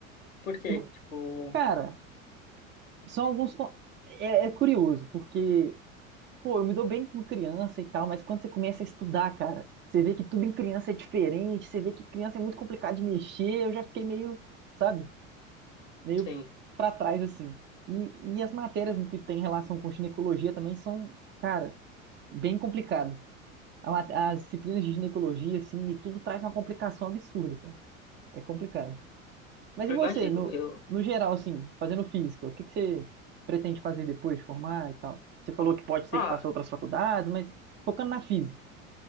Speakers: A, on the left; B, on the right.
A: por quê?
B: E
A: Tipo,
B: Cara, são alguns. co- É, é curioso, porque, pô, eu me dou bem com criança e tal, mas quando você começa a estudar, cara, você vê que tudo em criança é diferente, você vê que criança é muito complicado de mexer, eu já fiquei meio, sabe, meio
A: sim,
B: pra trás, assim. E, e as matérias que tem relação com ginecologia também são, cara, bem complicadas. A ma- As disciplinas de ginecologia, assim, e tudo traz uma complicação absurda, cara. É complicado. Mas
A: eu
B: e você,
A: imagino.
B: no,
A: Eu...
B: no geral, assim, fazendo física, o que que você pretende fazer depois de formar e tal? Você falou que pode ser
A: Ah,
B: que faça outras faculdades, mas focando na física.